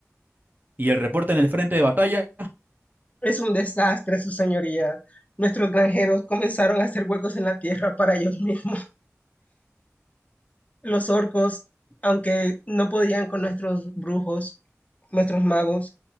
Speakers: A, on the right; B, on the left.
A: Y el reporte en el frente de batalla,
B: Es un desastre, su señoría. Nuestros granjeros comenzaron a hacer huecos en la tierra para ellos mismos. Los orcos, aunque no podían con nuestros brujos, nuestros magos,